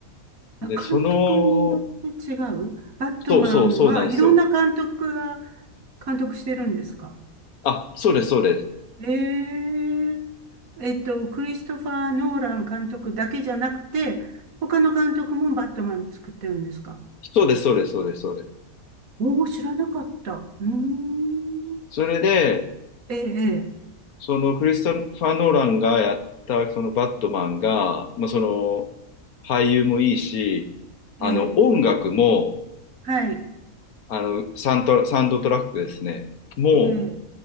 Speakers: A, on the right (about 75°); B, on the left (about 85°).
A: あ監督によって違うバットマンはいろんな監督が
B: で、その、そうそう、そうなんですよ。
A: 監督してるんですか
B: あ、そうです、そうです。
A: ええ、えっと、クリストファー・ノーラン監督だけじゃなくて、他の監督もバットマン作ってるんですか
B: そうです、そうです、そうです、そうです。
A: おおー、知らなかった。うーん、
B: それで、
A: ええ、
B: そのクリストファー・ノーランがやったそのバットマンが、まあ、その俳優もいいし、あの音楽も、
A: ええ、ええ、はい、
B: あのサントラ、サウンドトラックですね、もう、
A: ええ、